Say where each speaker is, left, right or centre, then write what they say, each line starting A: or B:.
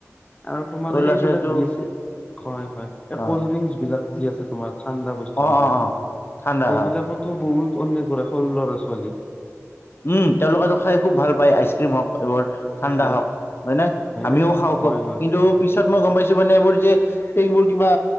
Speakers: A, on the left (about 25°); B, on the left (about 50°).
A: আৰু তোমাৰ
B: সৰু
A: এইবিলাকি,
B: ল'ৰা ছোৱালীটো
A: হয় হয় এই
B: অ
A: কলড্ৰিংকচ বিলাক। যি আছে তোমাক। ঠাণ্ডা বস্তু
B: অ
A: বিলাক,
B: অ অ ঠাণ্ডা
A: সেইবিলাকতো
B: হয়
A: বহুত। অনে কৰে সৰু ল'ৰা ছোৱালী।
B: উম তেওঁলোকেতো খাই খুব ভাল পায় আইচক্ৰীম, হওক এইবাৰ ঠাণ্ডা
A: খাই
B: হওক। হয় নাই আমিও
A: এইটো
B: খাওঁ
A: হয়
B: খুব
A: হয়
B: কিন্তু পিছত মই গম পাইছো মানে এইবোৰ। যে সেইবোৰ কিবা